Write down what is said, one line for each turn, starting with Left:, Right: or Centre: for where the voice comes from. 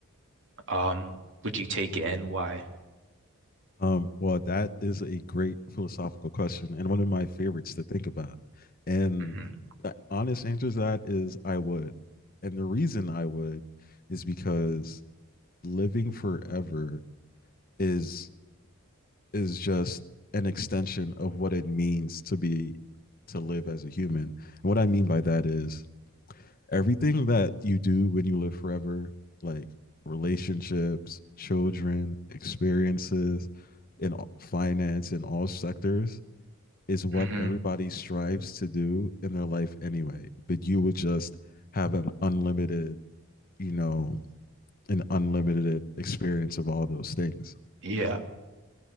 Right: um, would you take it and why?
Left: Um, well, that is a great philosophical question and one of my favorites to think about. And
Right: hmm
Left: the honest answer to that is I would. And the reason I would is because living forever is is just an extension of what it means to be to live as a human. And what I mean by that is everything that you do when you live forever, like relationships, children, experiences, in finance, in all sectors, is what
Right: hmm
Left: everybody strives to do in their life anyway. But you would just have an unlimited, you know, an unlimited experience of all those things.
Right: Yeah.